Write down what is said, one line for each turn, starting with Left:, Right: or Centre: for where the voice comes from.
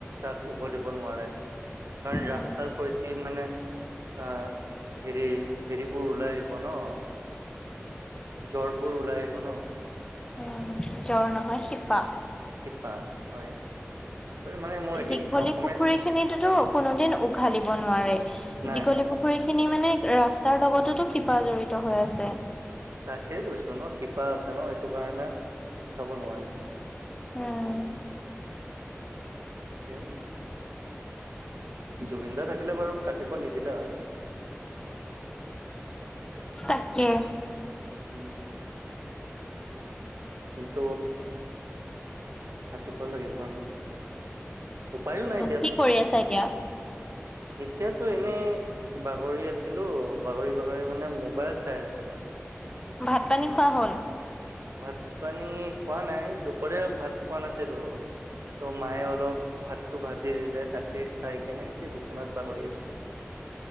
Right: তাক উভলিব নোৱাৰে কাৰণ
Left: উম,
Right: ৰাস্তাৰ সৈতে মানে অ হেৰি হেৰিবোৰ ওলাই আহিব ন। জ্বৰবোৰ ওলাই আহিব ন
Left: উ' জ্বৰ নহয় শিপা।
Right: শিপা হয় মানে মোৰ
Left: দীঘলী
Right: হি অসমীয়া
Left: পুখুৰী খিনিতোতো কোনোদিন উঘালিব নোৱাৰে
Right: নাই
Left: দীঘলী
Right: নাই
Left: পুখুৰী খিনি মানে ৰাস্তাৰ লগতেতো শিপা জড়িত হৈ আছে
Right: তাকে কৈছো ন শিপা আছে ন সেইটো কাৰণে উঠাব নোৱাৰি
Left: উম
Right: উম জুবিনদা থাকিলে বাৰু কাটিব নিদিলে হয়
Left: তাকে
Right: উম। কিন্ত কাটিব লাগিব ন, উপায়ো নাই দিয়াচোন
Left: কি কৰি আছা এতিয়া?
Right: এতিয়াতো এনেই বাগৰি আছিলো বাগৰি বাগৰি মানে মোৱাইল চাই আছিলোঁ।
Left: ভাত পানী খোৱা হ'ল?
Right: ভাত পানী পোৱা নাই দুপৰীয়া ভাত খোৱা নাছিলো ত' মায়ে অলপ ভাতটো ভাজি দিলে, তাকে খাই কেনে এতিয়া বিচনাত বাহৰি আছো।